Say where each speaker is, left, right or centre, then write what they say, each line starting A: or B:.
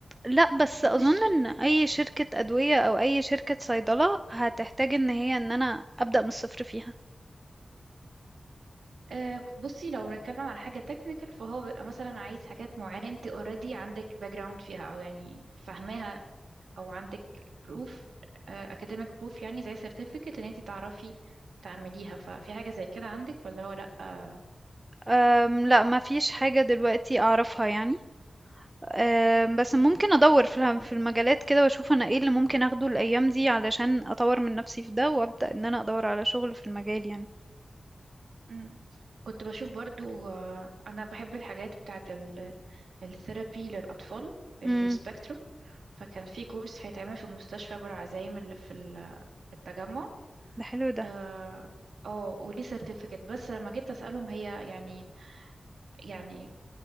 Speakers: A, on the right; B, on the right.
A: لا بس اظن
B: مش
A: ان اي شركه ادويه او اي شركه صيدله هتحتاج ان هي ان انا ابدا من الصفر فيها
B: أه بصي لو بنتكلم على حاجة تكنيكال فهو بيبقى مثلا عايز حاجات معينة انت اوريدي عندك باك جراوند فيها او يعني فاهماها او عندك بروف اكاديميك بروف يعني زي سيرتيفيكت ان انت تعرفي تعمليها ففي حاجة زي كده عندك ولا هو لا أه
A: أم لا ما فيش حاجه دلوقتي اعرفها يعني أم بس ممكن ادور في في المجالات كده واشوف انا ايه اللي ممكن اخده الايام دي علشان اطور من نفسي في ده وابدا ان انا ادور على شغل في المجال يعني
B: مم. كنت بشوف برضو أه انا بحب الحاجات بتاعت الثيرابي للأطفال اللي
A: امم
B: في السبيكتروم فكان في كورس هيتعمل في مستشفى أبو العزايم اللي في ال- التجمع
A: ده حلو ده
B: اه آه، وليه سيرتيفيكت بس لما جيت اسالهم هي يعني يعني